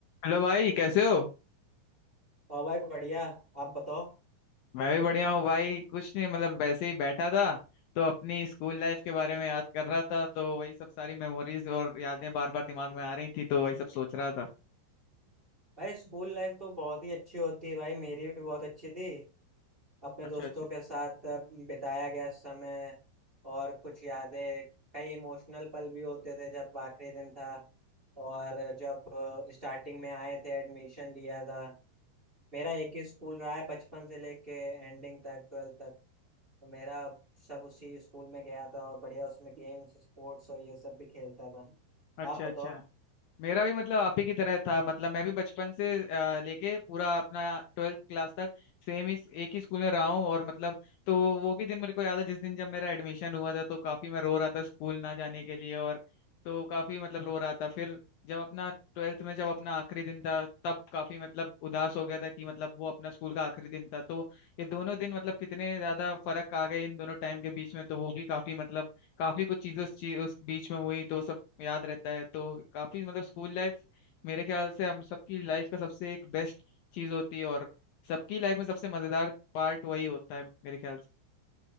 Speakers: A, on the left; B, on the right.
A: Hello भाई कैसे हो
B: और भाई बढ़िया आप बताओ
A: मैं भी बढ़िया हूँ भाई कुछ नहीं मतलब वैसे ही बैठा था तो अपनी स्कूल लाइफ के बारे में याद कर रहा था तो वही सब सारी मेमोरीज और यादें बार बार दिमाग में आ रही थी तो वही सब सोच रहा था
B: भाई स्कूल लाइफ तो बहुत ही अच्छी होती है भाई मेरी भी बहुत अच्छी थी अपने
A: अच्छा
B: दोस्तों
A: अच्छा
B: के साथ अ, बिताया गया समय और कुछ यादें कई इमोशनल पल भी होते थे जब आखिरी दिन था और जब स्टार्टिंग में आए थे एडमिशन लिया था मेरा एक ही स्कूल रहा है बचपन से लेके एंडिंग तक ट्वेल्थ तक तो मेरा सब उसी स्कूल में गया था और बढ़िया उसमें गेम्स स्पोर्ट्स और ये सब भी खेलता था
A: अच्छा
B: आप बताओ
A: अच्छा मेरा भी मतलब आप ही की तरह था मतलब मैं भी बचपन से अ, लेके पूरा अपना ट्वेल्थ क्लास तक सेम ही एक ही स्कूल में रहा हूँ और मतलब तो वो भी दिन मेरे को याद है जिस दिन जब मेरा एडमिशन हुआ था तो काफी मैं रो रहा था स्कूल ना जाने के लिए और तो काफी मतलब रो रहा था फिर जब अपना ट्वेल्थ में जब अपना आखिरी दिन था तब काफी मतलब उदास हो गया था कि मतलब वो अपना स्कूल का आखिरी दिन था तो ये दोनों दिन मतलब कितने ज्यादा फर्क आ गए इन दोनों टाइम के बीच में तो वो भी काफी मतलब काफी कुछ चीजें उस चीज उस बीच में हुई तो वो सब याद रहता है तो काफी मतलब स्कूल लाइफ मेरे ख्याल से हम सबकी लाइफ का सबसे एक बेस्ट चीज होती है और सबकी लाइफ में सबसे मजेदार पार्ट वही होता है मेरे ख्याल से